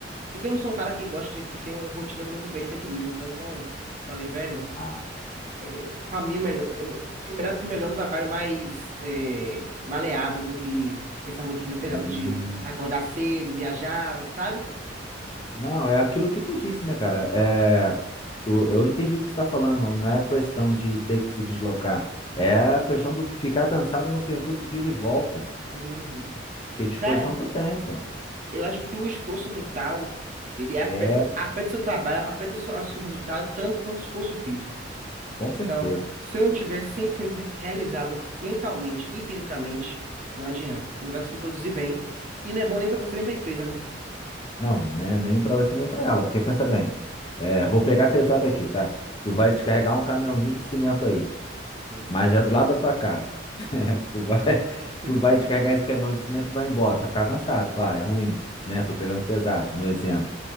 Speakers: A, on the right; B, on the left.
A: Porque eu não sou um cara que gosta de que tenham rotinas muito bem definidas, né? Então, falei, velho,
B: botar.
A: é, é, pra mim é melhor, é, me- é melhor, melhor um trabalho mais é, maleável do que essa rotina pesada
B: E.
A: de acordar cedo, viajar, sabe?
B: Não, é aquilo que tu disse, né, cara? É, tu- eu entendi o que você está falando. Não é questão de ter que se deslocar. É a questão do ficar cansado no percurso de ida e volta.
A: Uhum.
B: Porque disposição
A: E, cara.
B: tu tem, pô.
A: Eu acho que o esforço mental, ele afeta,
B: É,
A: afeta o seu trabalho, afeta o seu, a seu resultado tanto quanto o esforço físico.
B: com certeza.
A: Então, se eu não tiver 100% re- realizado mentalmente e fisicamente, não adianta. Você não vai conseguir produzir bem e não é bom nem para você nem para a empresa, né?
B: Não, né, nem pra você nem pra ela, porque pensa bem, é, vou pegar pesado aqui, tá? Tu vai descarregar um caminhãozinho de cimento aí,
A: Sim.
B: mas é do lado da tua casa. <laughs> Tu vai,
A: Hum.
B: tu vai descarregar esse caminhão de cimento e vai embora, tu vai ficar cansado, claro, é ruim, né? Tô pegando pesado, no exemplo.